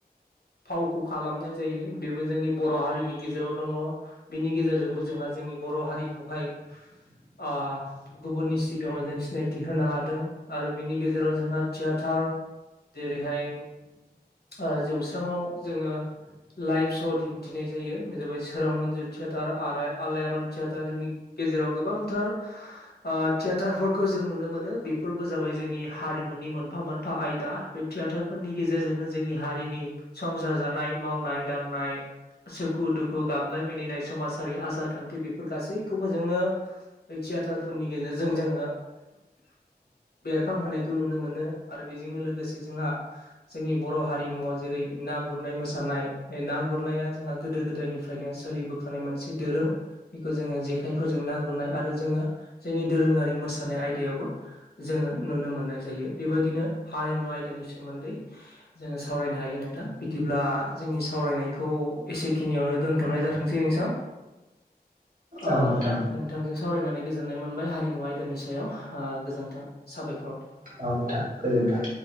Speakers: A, on the left; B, on the right.
A: फावखौ खालामनाय जायो बेबो जोंनि बर' हारिनि गेजेराव दङ बिनि गेजेरजोंबो जोंहा जोंनि बर' हारिखौहाय ओ गुबुननि सिगाङाव जों सिनायथि होनो हादों आरो बिनि गेजेराव जोंहा थियाटार जेरैहाय ओ जौस्रांङाव जोङो लाइभ श' दिन्थिनाय जायो बे जाबाय सोरां मन्जु थियाटार आरो आलायारन थियाटार जोंनि गेजेराव गोबांथार ओ थियाटारफोरखौ जों नुनो मोनो बे बेफोरबो जाबाय जोंनि हारिमुनि मोनफा मोनफा आयदा बे थियाटारफोरनि गेजेरजोंनो जोंनि हारिनि संसार जानाय मावनाय दांनाय सुखु दुखु गाबनाय मिनिनाय समाजारि आसार खान्थि बेफोर गासैखौबो जोङो बे थियाटारफोरनि गेजेरजों जोङो बेरखां होनायखौ नुनो मोनो आरो बेजोंनो लोगोसे जोंहा जोंनि बर' हारिमुआव जेरै ना गुरनाय मोसानाय बे ना गुरनाया जोंहा गोदो गोदायनिफ्रायनो सोलिबोखानाय मोनसे दोरों बेखौ जोङो जेखायफोरजों ना गुरनाय आरो जोङो जोंनि दोरोङारि मोसानाय आयदायावबो जोङो नुनो मोननाय जायो बेबायदिनो हारिमु आयदानि सोमोन्दै जोङो सावरायनो हायो नोंथां बिदिब्ला जोंनि सावरायनाय खौ एसेखिनियावनो दोनथ'नाय जाथोंसै नोंथां? ओ
B: औ नोंथां
A: नोंथांजों सावरायनानै गोजोननाय मोनबाय हारिमु आयदानि सायाव आ गोजोन्थों साबायखर।
B: औ नोंथां गोजोनथों।